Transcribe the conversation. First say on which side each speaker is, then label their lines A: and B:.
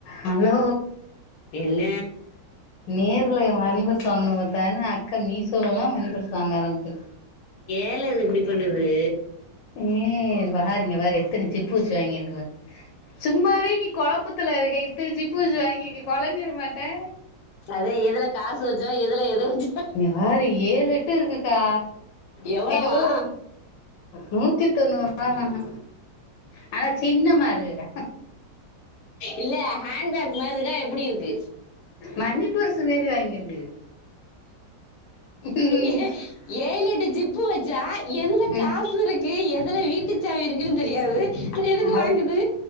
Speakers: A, on the left; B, on the left.
A: Hello
B: என்ன
A: நேர்ல money purse வாங்குனு பாத்த ஆனா அக்கா மீசோலெல்லா மணிபர்ஸ் வாங்க ஆரம்பிச்சு
B: ஏல இது இப்டி பண்ணுது
A: ஏ பாரு இங்க பாரு எத்துன சிப்பு வச்சி வாங்கிருக்கு பா சும்மாவே நீ கொழப்பத்ல இருக்க இப்ப இந்த சிப்பு வச்சு வாங்கிர்க்கியே கொழம்பிற மாட்ட
B: சர்தே எதுல காசு வச்சோ எதுல எது வச்சோ
A: இங்க பாரு ஏழெட்டு இருக்குக்கா
B: எவ்வளவா
A: எவ்வளவு நூத்தி தொண்ணூறுவாதானா ஆனா சின்னமா இருக்குக்கா
B: இல்ல ஹேண்ட்பேக் மாரி இருக்கா எப்டி இருக்கு
A: மணிப்பர்ஸ் மாரி வாங்கிருக்கு ம்
B: ஏ ஏழெட்டு ஜிப்பு வச்சா எதுல
A: ம்
B: காசுருக் கு எதுல வீட்டு சாவி இருக்குன் தெரியாது அதுக் எதுக்கு
A: அது
B: வாங்குது